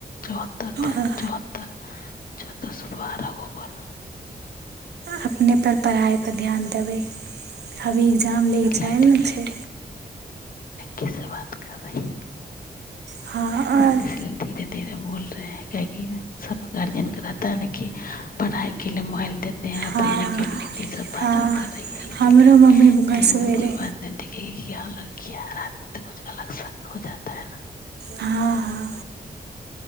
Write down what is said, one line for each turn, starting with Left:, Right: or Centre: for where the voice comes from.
Left: चौहत्तर
Right: हँ
Left: चौहत्तर चौतर सए बारह गो पड़
Right: अपने पर पढ़ाइ पर ध्यान देबै अभी एग्जाम
Left: इधर
Right: लैके जायल
Left: लाइटे
Right: ने छै
Left: की से बात कर रही
Right: हँ आओर
Left: इसलिए धीरे धीरे बोल रहे हैं काहेकि सब गार्जियन के रहता है न कि पढ़ाई के लि मोबाइल देते हैं
Right: हँ
Left: पढ़ने के लि तऽ सब बात
Right: हँ
Left: कर रही है इसीलिए
Right: हमरो मम्मी घसबै
Left: दिनमे त कोइ
Right: रहै
Left: बात नहि देखिखेगी कि य लड़की किया रातमी तऽ कुछ अलग शक हो जाता है न
Right: हँ हँ